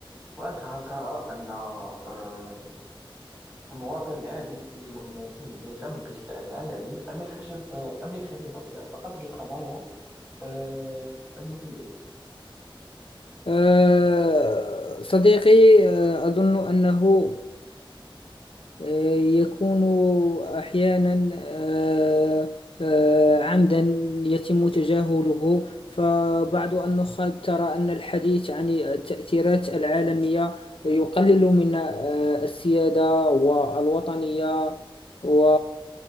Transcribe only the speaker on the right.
وأنت هل ترى أن آه، المواطن العادي يجب أن يهتم يهتم بالشأن العالمي أم يكتشف أم يكتفي بق- فقط بقضايا آه، المحلية